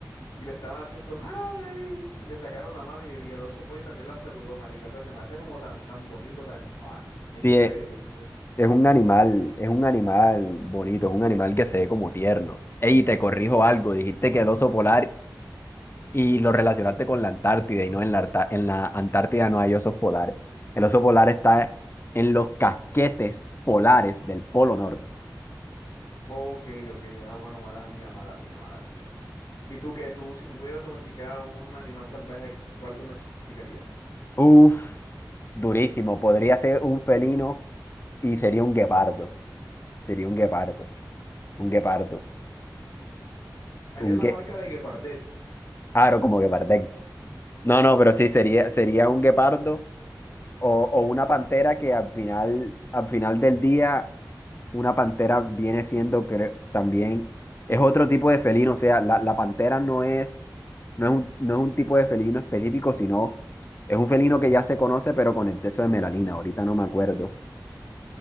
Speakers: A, on the left; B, on the left.
A: y le estaban haciendo ¡ay! Y le sacaron la mano y, el y el oso fue y también la saludó, marica. O sea, se me hace como tan, tan bonito, tan, ¡ah! ¡Qué
B: Sí,
A: chévere,
B: es,
A: qué chévere!
B: es un animal, es un animal bonito, es un animal que se ve como tierno. Ey, te corrijo algo, dijiste que el oso polar y lo relacionaste con la Antártida y no en la, Arta- en la Antártida no hay osos polares. El oso polar está en los casquetes polares del Polo Norte.
A: Ok, ok, yo, ah, bueno, mala mía, mala mía, mala mía. ¿Y tú qué? Tú, si tú pudieras domesticar un animal salvaje, ¿cuál domesticarías?
B: Uf, durísimo. Podría ser un felino y sería un guepardo. Sería un guepardo. Un guepardo.
A: ¿Harías
B: Un
A: la
B: gue...
A: marca de Gepardets?
B: Claro, como guepardex. No, no, pero sí, sería, sería un guepardo o, o una pantera que al final, al final del día una pantera viene siendo cre- también, es otro tipo de felino, o sea, la, la pantera no es, no es un, no es un tipo de felino específico, sino es un felino que ya se conoce, pero con exceso de melanina, ahorita no me acuerdo,